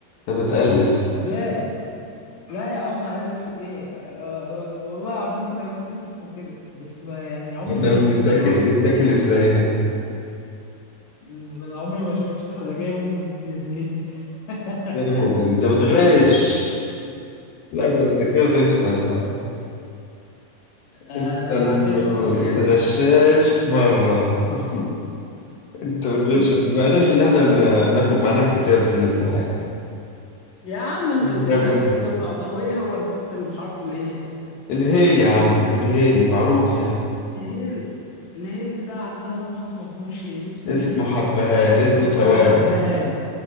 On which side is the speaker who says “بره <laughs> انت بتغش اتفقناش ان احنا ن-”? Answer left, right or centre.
Left